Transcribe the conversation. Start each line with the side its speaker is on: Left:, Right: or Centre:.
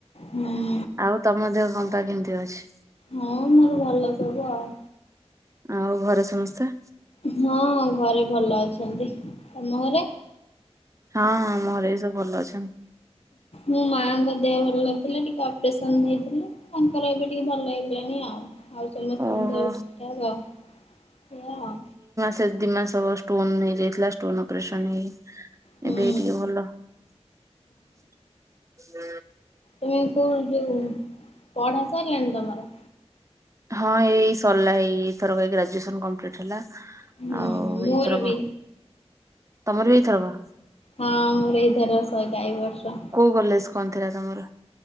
Left: ହୁଁ।
Right: ଆଉ ତମ ଦେହ ପା କେମିତି ଅଛି?
Left: ହଁ ମୋର ଭଲ ସବୁ ଆଉ।
Right: ଆଉ ଘରେ ସମସ୍ତେ
Left: ହଁ ଘରେ ଭଲ ଅଛନ୍ତି ତମ ଘରେ?
Right: ହଁ ଆମ ଘରେ ବି ସବୁ ଭଲ ଅଛନ୍ତି।
Left: ମୋ ମାଙ୍କ ଦେହ ଭଲ ନଥିଲା ଟିକେ ଅପରେସନ ହେଇଥିଲେ ତାଙ୍କର ଏବେ ଟିକେ ଭଲ ହେଇଗଲାଣି ଆଉ। ଆଉ ସମସ୍ତଙ୍କ
Right: ଓହୋ
Left: ଦେହ ଠିକ୍ ଠାକ୍ ଏଇଆ ଆଉ।
Right: ଦିଇ ମାସହବ ଷ୍ଟୋନ ହେଇଯାଇଥିଲା ଷ୍ଟୋନ ଅପରେସନ୍ ହେଇ।
Left: ହୁଁ
Right: ଏବେ ଟିକେ ଭଲ ହୁଁ।
Left: ତମେ କୋଉ ଯୋଉ ପଢା ସାଇଲାଣି ତମର।
Right: ହଁ ଏଇ ସରିଲା ଏଇଥର ଗ୍ରାଜୁଏସନ୍ ଲସିପମ୍ପ୍ଲିଟ୍ ହେଲା।
Left: ହୁଁ
Right: ଆଉ
Left: ମୋର
Right: ଏଇଥରକ
Left: ବି।
Right: ତମର ବି ଏଇଥରକ।
Left: ହଁ ମୋର ଏଇଥର ସଇଲା ଏଇ ବର୍ଷ।
Right: କୋଉ କଲେଜ କଣ ଥିଲା ତମର।